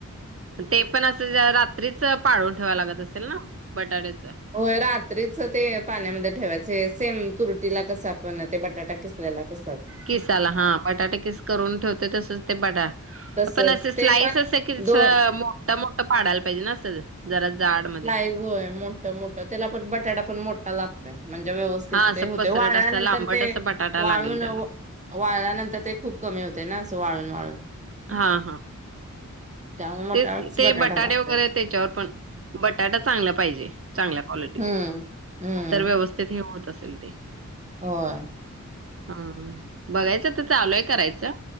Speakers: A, on the right; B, on the right.
A: ते पण असं जरा. कत्रीच पाळून ठेवा लागत असेल ना बटाट्याच.
B: होय रात्रीच ते पाण्यामध्ये ठेवायचं सेम तुरटीला कसं आपण ते बटाटा किसलेला कस.
A: किसाला हा, बटाटे किस ठेवते तसच ते बटा''--''
B: तसच
A: पण असं
B: ते
A: स्लाईस
B: पण
A: असं की मो''--''
B: दोन
A: मोठ मोठं पाडायला पाहिजे असं जरा जाड मध्ये.
B: स्लाईज होय मोठ मोठ त्याला पण बटाटा पण मोठा लागत म्हणजे व्यवस्थित.
A: हा
B: ते
A: असं
B: ते होतंय
A: पसरट
B: वाळल्यानंतर
A: असा लांबट
B: ते
A: असा बटाटा
B: वाळून
A: लागेल त्याला
B: वाळल्यानंतर ते खूप कमी होतंय ना असं वाळून वाळून.
A: हा हा
B: त्यामुळे मोठाच
A: तेच की
B: बटाटा
A: बटाटे
B: लागतोय
A: वगैरे त्यांच्यावर पण बटाटा चांगला पाहिजे चांगल्या क्वालिटी
B: हम्म हम्म
A: तर व्यवस्थित <inaudible> होत असेल ते
B: होय
A: हा बघायचं तर चालू आहे करायचं.